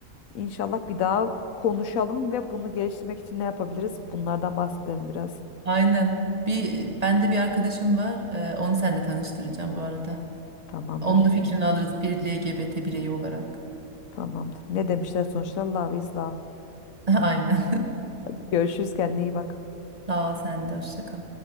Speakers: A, on the left; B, on the right.
A: İnşallah bir daha konuşalım ve bunu geliştirmek için ne yapabiliriz? Bunlardan bahsedelim biraz.
B: Aynen. Bir bende bir arkadaşım var. Ee, onu seninle tanıştıracağım bu arada.
A: Tamamdır.
B: Onun da fikrini alırız bir LGBT bireyi olarak.
A: Tamamdır. Ne demişler sonuçta? Love is love.
B: <laughs> Aynen.
A: Görüşürüz kendine iyi bak.
B: <laughs> Sağ ol sen de hoşça kal.